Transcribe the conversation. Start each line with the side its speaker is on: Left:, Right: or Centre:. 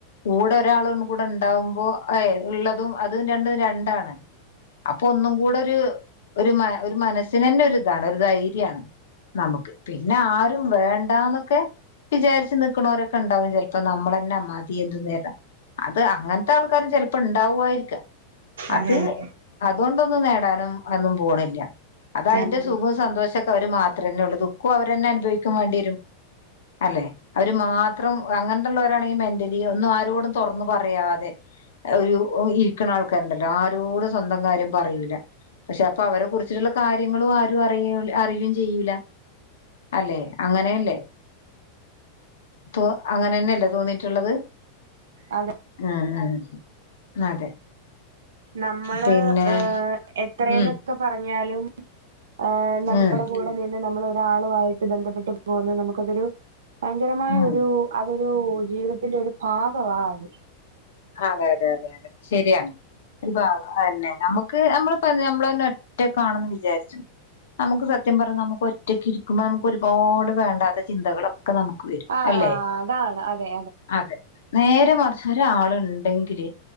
Left: കൂടെ ഒരാള് കൂടെ ഉണ്ടാവുമ്പോ അയ് ള്ളതും അ തും രണ്ടും രണ്ടാണ് അപ്പൊ ഒന്നും കൂടെ ഒരു ഒരു മ ഒരു മനസ്സിനന്നെ ഒരിതാണ് ഒരു ധൈര്യണ് നമുക്ക് പിന്നെ ആരും വേണ്ടന്നൊക്കെ വിചാരിച്ച്ച് നിക്ക്ണോരൊക്കെണ്ടാവും ചെല്പ്പോ നമ്മളന്നാ മതി എന്തു നേരാ അത് അങ്ങൻതെ ആൾക്കാരും ചെലപ്പോ ഇണ്ടാവുആയിരിക്കാം അത്
Right: അതന്നെ
Left: അതോണ്ടൊന്നും നേടാനും അന്നും പോണില്ല അത് അയിന്റെ
Right: അതന്നെ
Left: സുഖം സന്തോഷ ക്കെ അവർ മാത്രന്നെ ഉള്ളൂ ദുഃഖോം അവരന്നെ അനുഭവിക്കും വേണ്ടിരും അല്ലെ അവര് മാത്രം അങ്ങൻത്തുള്ളൊരാണെങ്കി മെന്റലി ഒന്നും ആരോടും തൊറന്ന്പറയാതെ ഒരു ഇരിക്ക്ണ ആൾക്കാരുണ്ടല്ലോ ആരോടും സ്വന്തം കാര്യം പറയൂല പക്ഷെ അപ്പൊ അവരെ കുറിച്ചിട്ടുള്ള കാര്യങ്ങളും ആരും അറിയ അറിയും ചെയ്യൂല അല്ലെ അങ്ങനെയല്ലേ ത്തോ അങ്ങനെന്നെയല്ലേ തോന്നിട്ട്ള്ളത്
Right: അതെ
Left: അഹ് അഹ് അതെ
Right: നമ്മള്
Left: പിന്നെ
Right: ഏഹ് എത്രെന്നൊക്കെ
Left: ഉം
Right: പറഞ്ഞാലും ഏഹ് നമ്മുടെ
Left: ഉം
Right: കൂടെ നിന്ന് നമ്മൾ ഒരാളുവായിട്ട് ബന്ധപ്പെട്ട് പോകുന്നത് നമുക്കതൊരു ഭയങ്കരമായൊരു
Left: ഉം
Right: അതൊരു ജീവിതത്തിന്റെ ഒരു ഭാഗവാ അത്
Left: അതെതെതെ അതെ ശരിയാ ഒരുഭാഗ അയെന്നെ നമുക്ക് നമ്മള് പറഞ്ഞ നമ്മളന്നെ ഒറ്റക്കാണെന്ന് വിചാരിച്ചു നമുക്ക് സത്യം പറഞ്ഞ നമുക്ക് ഒറ്റക്കിരിക്കുമ്പോ നമുക്ക് ഒരുപാട് വേണ്ടാത്ത ചിന്തകളൊ ക്കെ നമുക്ക് വരും
Right: ആഹ്
Left: അല്ലെ
Right: അതാണ് അതെ
Left: അതെ നേരെ മറിച്ചൊരാളുണ്ടെങ്കില്